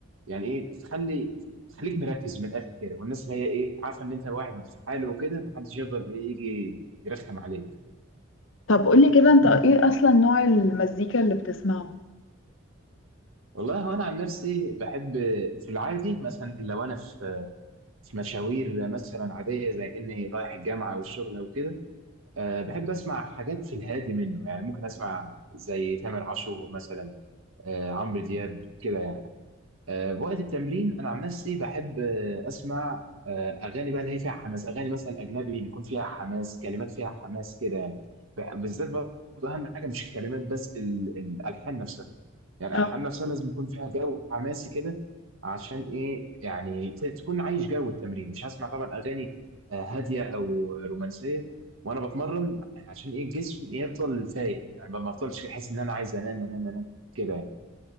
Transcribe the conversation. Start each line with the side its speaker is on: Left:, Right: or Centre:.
Right: يعني ايه تخلي تخليك مركز من الاخر كده والناس اللي هي ايه عارفه ان انت واحد في حاله وكده ما حدش يفضل ايه يجي يرخم عليك
Left: طب قولي كده انت ايه اصلا نوع المزيكا اللي بتسمعه
Right: والله هو انا عن نفسي بحب في العادي مثلا لو انا في في مشاوير مثلا عاديه زي اني رايح الجامعه والشغل وكده أه بحب اسمع حاجات في الهادي منه يعني ممكن اسمع زي تامر عاشور مثلا أه عمرو دياب كده يعني أه بوقت التمرين انا عن نفسي بحب آه، اسمع أه اغاني بقى اللي هي فيها حماس اغاني مثلا اجنبي بيكون فيها حماس كلمات فيها حماس كده يعني ب- بالذات برضه اهم حاجه مش الكلمات بس ال- الالحان نفسها يعني
Left: اه
Right: الالحان نفسها لازم يكون فيها جو حماسي كده عشان ايه يعني ت- تكون عايش جو التمرين مش هسمع طبعا اغاني آه، هاديه او رومانسيه وانا بتمرن عشان ايه الجسم يفضل فايق يعني ما افضلش احس ان انا عايز انام انام انام كده يعني